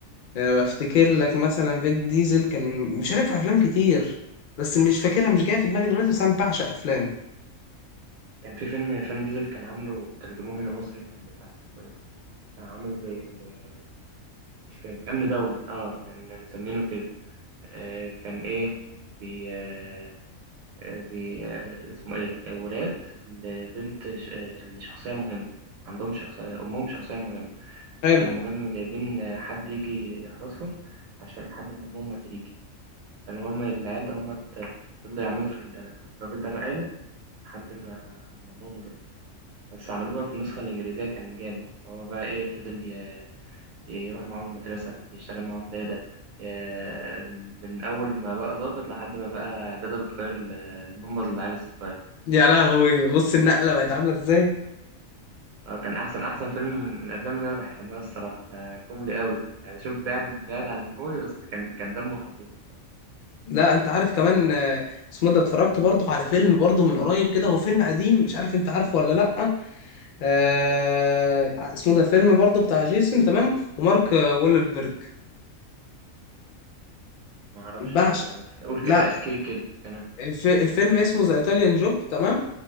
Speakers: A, on the left; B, on the right.
A: آه، افتكر لك مثلا فان ديزل كان مشارك في افلام كتير بس مش فاكرها مش جايه في دماغي دلوقتي بس انا بعشق افلامه
B: كان في فيلم فان ديزل كان عامله ترجموه هنا مصري كان بتاع اسمه ايه بتاع عامل زي ال- مش فاكر امن دولة اه كان مسمينه كده آه كان ايه بي آه آه، بي آه اسمه ايه آه، ولاد لبنت ش- آه، لشخصية مهمة عندهم شخصية أمهم شخصية مهمة
A: حلو
B: فالمهم جايبين آه، حد يجي يحرسهم عشان لحد ما أمهم ما تيجي فالمهم العيال ده هما ت- فضلوا يعملوا في الراجل ده مقالب لحد ما ما مامهم جت بس عملوه بقى في النسخة الإنجليزية كان جامد هو بقى إيه فضل ي- يروح معاهم المدرسة يشتغل معاهم دادا ي- من أول ما بقى ظابط لحد ما بقى دادا بتغير ال- البامبرز للعيال الصغير
A: يا لهوي بص النقله بقت عامله ازاي
B: آه، كان أحسن أحسن فيلم من الأفلام اللي أنا بحبها الصراحة آه، كوميدي قوي يعني شوف بعد بعد عن الكوميدي بس كان كان دمه خفيف الصراحة
A: لا انت عارف كمان آه، اسمه ده اتفرجت برضه على فيلم برضه من قريب كده هو فيلم قديم مش عارف انت عارفه ولا لا آه، اسمه ده فيلم برضه بتاع جيسون تمام ومارك آه، وولبرج
B: ما أعرفش
A: بعشق
B: مين ده بس قول
A: لا
B: كده احكي كده كان
A: الف- الفيلم اسمه ذا ايطاليان جوب تمام